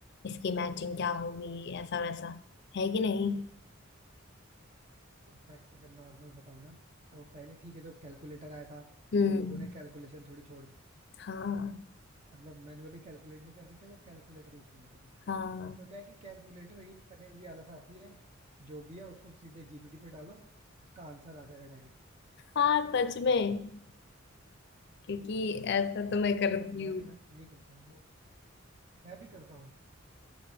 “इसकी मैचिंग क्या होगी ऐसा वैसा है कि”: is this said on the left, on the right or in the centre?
Left